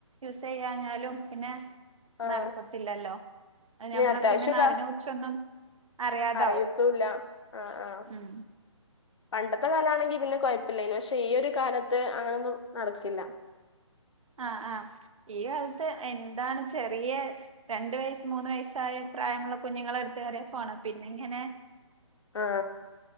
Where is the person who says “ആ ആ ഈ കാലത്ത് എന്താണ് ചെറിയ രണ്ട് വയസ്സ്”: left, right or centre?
Right